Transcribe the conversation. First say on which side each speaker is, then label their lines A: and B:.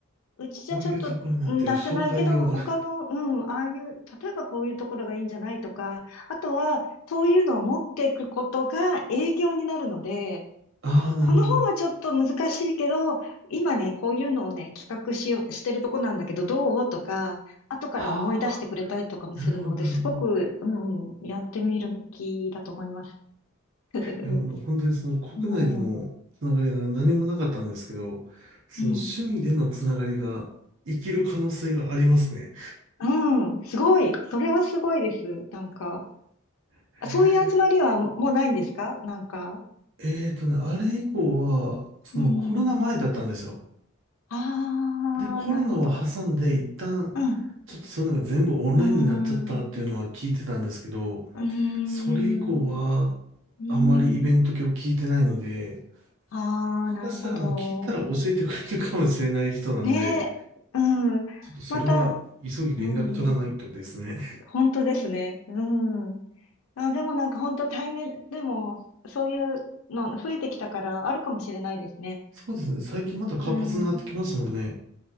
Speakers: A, on the left; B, on the right.
A: うちじゃちょっと、
B: こういうところになって紹介を、
A: うん出せないけど、他の、うん、ああいう、例えばこういうところがいいんじゃないとか、あとは、そういうのを持っていくことが営業になるので、
B: <laughs> ああ、なるほど。
A: この本はちょっと難しいけど、今ね、こういうのをね、企画しよう、してるとこなんだけど、どうとか、後から思い出してくれたりとかもするので、
B: ああ、なるほど、なるほど。
A: すごく、うん、やってみるべきだと思います。<laughs>
B: いや、もう本当にその国内でのつながりが何もなかったんですけど、
A: うん、う
B: その趣味でのつながりが生きる可能性がありますね。
A: ん、うん、すごい。それはすごいです。なんか。
B: へえ
A: あそういう集まりはもうないんですかなんか。
B: えーとね、あれ以降は、そのコロナ前だったんですよ。
A: うん。ああ、
B: で、コロナを挟んで一旦、
A: なるほど。うん。う
B: ちょっとそういうのが全部オンラインになっちゃったっていうのは聞いてたんですけど、
A: ーん。うーん。
B: それ以降は、
A: うー
B: あまりイベント系を聞いてないので、
A: ん。ああ、
B: もしかしたら、
A: なるほど。
B: あの、聞いたら教えてくれるかもしれない人なんで、
A: ねえ。うん。
B: ちょっとそれは急ぎ連絡取らないとですね。
A: また、うん。本当ですね。うん。あ、でもなんか本当対面、でも、そういうの増えてきたからあるかもしれないですね。
B: そうですね、最近また活発になってきますもんね。
A: うん。う